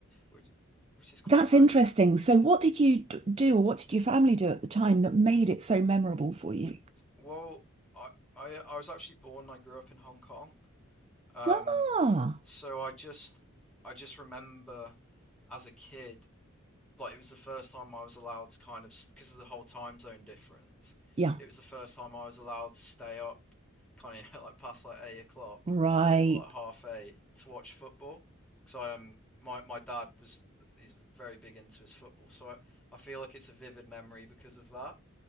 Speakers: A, in the centre; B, on the right.
A: which which is quite
B: That's
A: crazy.
B: interesting. So, what did you d- do, or what did your family do at the time that made it so memorable for you?
A: Well, I I, I was actually born and I grew up in Hong Kong. Um,
B: Ah,
A: so I just I just remember as a kid like it was the first time I was allowed to kind of because of the whole time zone difference.
B: yeah,
A: It was the first time I was allowed to stay up, kind of <laughs> like past like eight o'clock,
B: right.
A: or like half eight to watch football. Because I um my my dad was he's very big into his football, so I, I feel like it's a vivid memory because of that.